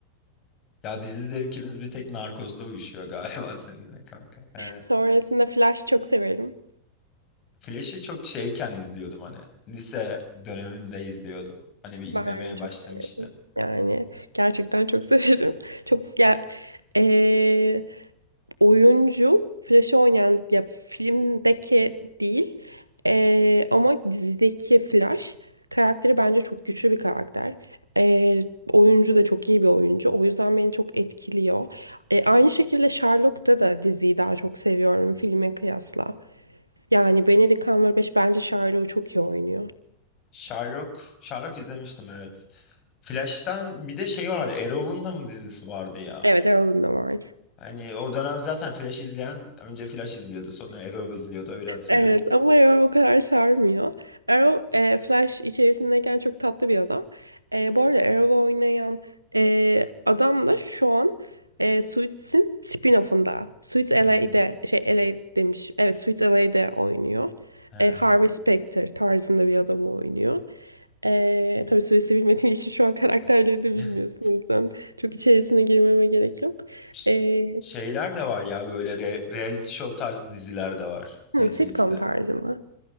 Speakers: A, on the left (about 35°); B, on the right (about 85°).
A: Ya dizi zevkimiz bir tek Narcos'da uyuşuyor galiba <laughs> seninle kanka. Yani
B: Sonrasında Flash çok severim.
A: Flash'i çok şeyken izliyordum hani. Lise dönemimde izliyordum. Hani bir izlemeye
B: Bahane'yi
A: başlamıştım.
B: çok severim. Yani gerçekten çok <laughs> severim. Çok ya eee, oyuncu Flash'ı oynayan ya filmdeki değil eee, ama dizideki Flash karakteri bence çok güçlü bir karakter. Eee, oyuncu da çok iyi bir oyuncu. O yüzden beni çok etkiliyor. E, aynı şekilde Sherlock'ta da diziyi daha çok seviyorum filme kıyasla. Yani Benedict Cumberbatch bence Sherlock'u çok iyi oynuyor.
A: Sherlock, Sherlock izlemiştim evet. Flash'tan bir de şey vardı. Arrow'un da mı dizisi vardı ya?
B: Evet Arrow'un da var.
A: Hani o dönem zaten Flash izleyen önce Flash izliyordu sonra Arrow izliyordu öyle hatırlıyorum.
B: Evet ama Arrow o kadar sarmıyor. Arrow e, Flash içerisindeyken çok tatlı bir adam. E, bu arada Arrow'u oynayan e, adam da şu an e, Suits'in spin-off'unda. Suits LA'de
A: Em,
B: şey LA demiş. Evet Suits LA'de oynuyor.
A: em.
B: E, Harvey Specter tarzında bir adamı oynuyor. E, tabii Suits'i bilmediğin için şu an karakterleri de
A: <laughs>
B: bilmiyorsun. O yüzden çok içerisine girmeme gerek yok.
A: Ş-
B: E,
A: Şeyler de var ya böyle re- reality show tarzı diziler de var
B: hmm,
A: Netflix'te.
B: sitcom tarzı mı?